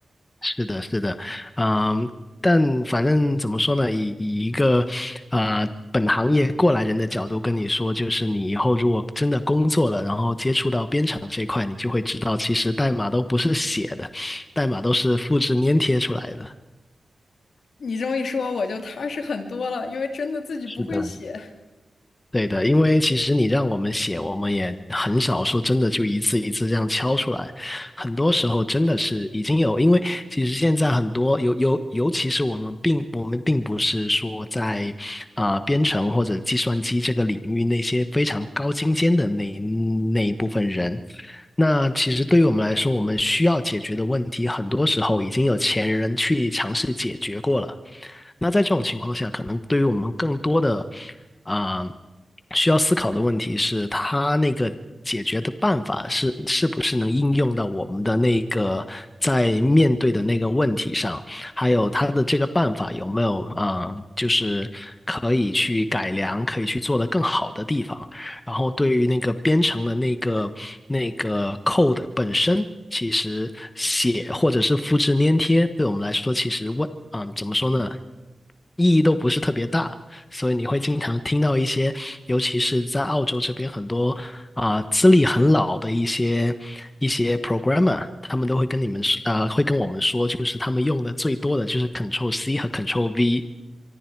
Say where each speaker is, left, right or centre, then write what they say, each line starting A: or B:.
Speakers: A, on the left (about 30°); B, on the left (about 80°).
A: 是的，是的，嗯，但反正怎么说呢，以以一个啊呃本行业过来人的角度跟你说，就是你以后如果真的工作了，然后接触到编程这一块，你就会知道，其实代码都不是写的，代码都是复制粘贴出来的。
B: 你这么一说，我就踏实很多了，因为真的自己不会写。
A: 是的。对的，因为其实你让我们写，我们也很少说真的就一字一字这样敲出来。很多时候真的是已经有，因为其实现在很多尤尤尤其是我们并我们并不是说在啊、呃编程或者计算机这个领域那些非常高精尖的那那一部分人。那其实对于我们来说，我们需要解决的问题，很多时候已经有前人去尝试解决过了。那在这种情况下，可能对于我们更多的啊、需要思考的问题是，它那个解决的办法是是不是能应用到我们的那个在面对的那个问题上，还有它的这个办法有没有啊、就是可以去改良、可以去做得更好的地方。然后对于那个编程的那个那个 code 本身，其实写或者是复制粘贴，对我们来说，其实问，啊嗯怎么说呢，意义都不是特别大。所以你会经常听到一些，尤其是在澳洲这边很多啊、资历很老的一些一些 programmer，他们都会跟你们说，啊、会跟我们说，就是他们用的最多的就是 Control C 和 Control V，